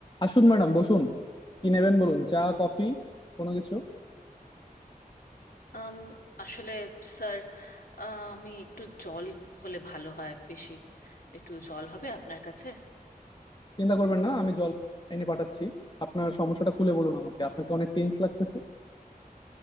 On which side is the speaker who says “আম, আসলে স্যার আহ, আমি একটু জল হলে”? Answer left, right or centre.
Left